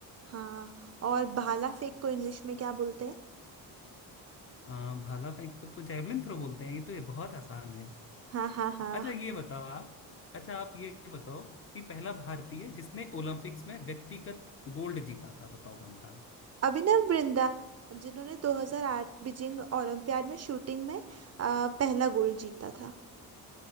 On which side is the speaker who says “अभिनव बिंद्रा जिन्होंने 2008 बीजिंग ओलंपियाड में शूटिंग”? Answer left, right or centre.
Right